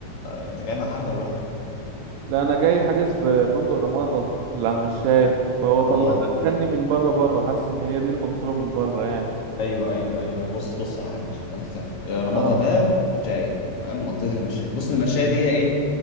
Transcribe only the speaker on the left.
انت جاي مع حد ولا لوحدك
رمضان
ايوه ايوه ايوه ايوه بص بص يا حاج عشان تبقى انت فاهم رمضان
ده في شاي تمام منطقه المشاية بص المشاية دي هي ايه